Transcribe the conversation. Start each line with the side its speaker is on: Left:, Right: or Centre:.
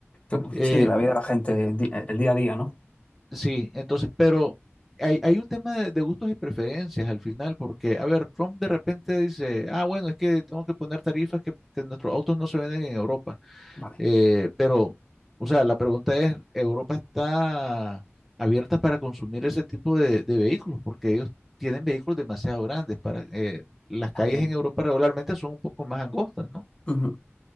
Left: Claro.
Centre: Eh,
Left: Sí, la vida de la gente, el di- eh, el día a día, ¿no?
Centre: Sí, entonces, pero hay, hay un tema de, de gustos y preferencias al final, porque, a ver, Trump de repente dice, ah, bueno, es que tengo que poner tarifas que, que nuestros autos no se venden en Europa.
Left: Vale.
Centre: Eh, pero, o sea, la pregunta es, ¿Europa está abierta para consumir ese tipo de, de vehículos? Porque ellos tienen vehículos demasiado grandes para... eh, las calles
Left: También.
Centre: en Europa regularmente son un poco más angostas, ¿no?
Left: Ujú.